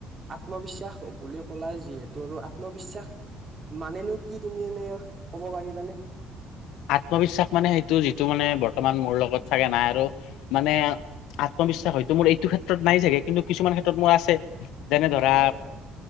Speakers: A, on the right; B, on the left.
A: আত্মবিশ্বাস বুলি কলে যিহেতু আৰু আত্মবিশ্বাস মানেনো কি তুমি এনে ক'ব পাৰিবানে?
B: আত্মবিশ্বাস মানে সেইটো যিটো মানে বৰ্তমান মোৰ লগত থাগে নাই আৰু মানে আত্মবিশ্বাস হয়তো মোৰ এইটো ক্ষেত্ৰত নাই চাগে কিন্তু কিছুমান ক্ষেত্ৰত মোৰ আছে যেনে ধৰা
A: হয় হয়